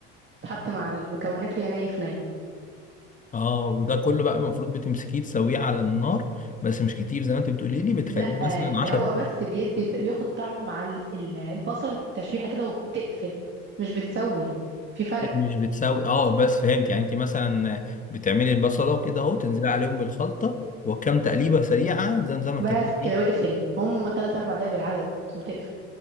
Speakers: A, on the right; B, on the left.
A: تحط مع المكونات وهي ني في ني
B: اه وده كله بقى المفروض بتمسكيه تسويه على النار بس مش كتير زي ما انت بتقولي لي بتخليه
A: لا
B: مثلا
A: ده
B: 10
A: هو بس بيدي بياخد طعم مع ال- ال- البصل بالتشويحة كده وبتقفل مش بتسوي في فرق
B: مش بتساوي اه بس فهمت يعني انت مثلا بتعملي البصله وكده اهو تنزلي عليهم بالخلطه وكم تقليبه سريعه زي نظامك
A: بس
B: انت ايه
A: كده واقفل هم تلات أربع دقايق بالعدد وتقفل